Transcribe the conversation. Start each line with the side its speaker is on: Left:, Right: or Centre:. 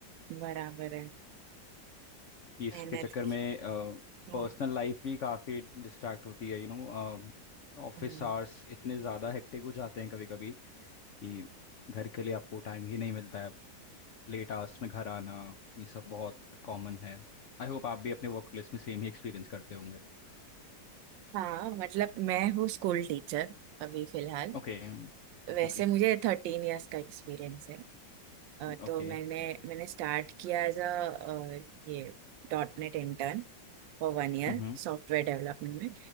Right: बराबर है
Left: कि इसके
Right: मेहनत
Left: चक्कर में
Right: की। हम्म,
Left: पर्सनल लाइफ भी काफ़ी डिस्ट्रैक्ट होती है यू नो ऑफिस
Right: हम्म।
Left: आवर्स इतने ज़्यादा हेक्टिक हो जाते हैं कभी कभी कि घर के लिए आपको टाइम ही नहीं मिलता है लेट आवर्स में घर आना ये सब बहुत कॉमन है आई होप आप भी अपने वर्क प्लेस में सेम ही एक्सपीरियंस करते होंगे
Right: हाँ मतलब मैं हूँ स्कूल टीचर अभी फिलहाल
Left: Okay
Right: वैसे
Left: okay
Right: मुझे थर्टीन इयर्स का एक्सपीरियंस है अ,
Left: okay
Right: तो मैंने मैंने स्टार्ट किया एज अ ये dot net intern for one year
Left: हम्म
Right: software development में